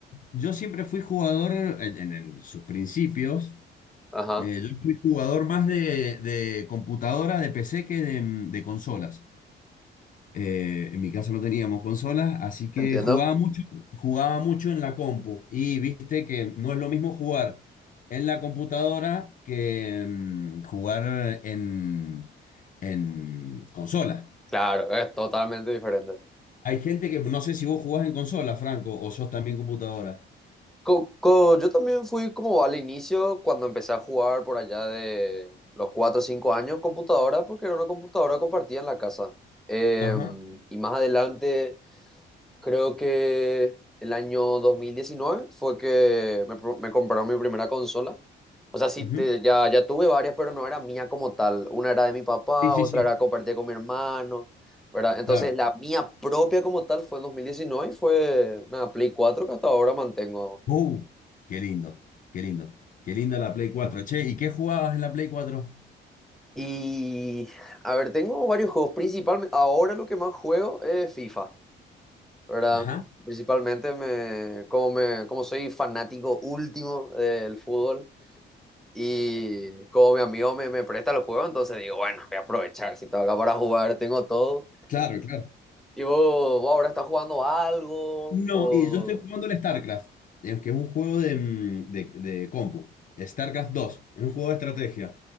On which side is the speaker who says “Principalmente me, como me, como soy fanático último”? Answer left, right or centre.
Centre